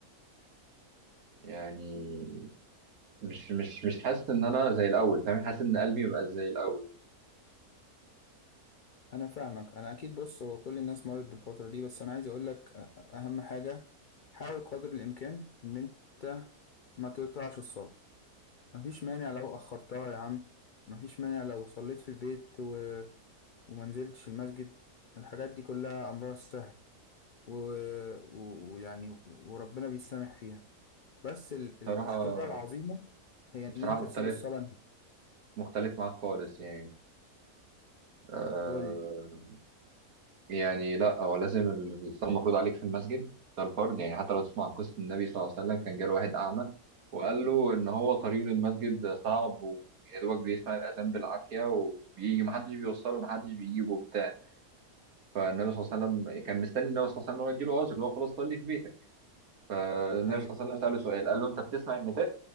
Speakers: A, on the right (about 70°); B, on the left (about 90°).
A: يعني مش مش مش حاسس إن أنا زي الأول فاهم حاسس إن قلبي مبقاش زي الأول
B: انا فاهمك انا اكيد بص هو كل الناس مرت بالفتره دي بس انا عايز اقول لك اهم حاجه حاول قدر الامكان ان انت ما تقطعش الصلاه مفيش مانع لو اخرتها يا عم مفيش مانع لو صليت في البيت و... وما نزلتش المسجد الحاجات دي كلها امرها سهل ويعني و... ويعني وربنا بيسامح فيها بس ال- المشكله
A: بصراحة
B: العظيمه هي
A: بصراحة
B: ان انت
A: مختلف
B: تسيب الصلاه دي.
A: مختلف معاك خالص يعني آه،
B: قول لي
A: يعني لا هو لازم ال- الصلاة المفروض عليك في المسجد ده الفرض يعني حتى لو تسمع عن قصة النبي صلى الله عليه وسلم كان جاله واحد أعمى وقال له إن هو طريقه للمسجد صعب ويا دوبك بيسمع الأذان بالعافية وبيجي محدش بيوصله محدش بيجيبه وبتاع فالنبي صلى الله عليه وسلم كان مستني النبي صلى الله عليه وسلم إن هو يديله عذر اللي هو خلاص صلي في بيتك فالنبي
B: ايوه
A: صلى الله عليه وسلم آه. سأله سؤال قال له أنت بتسمع النداء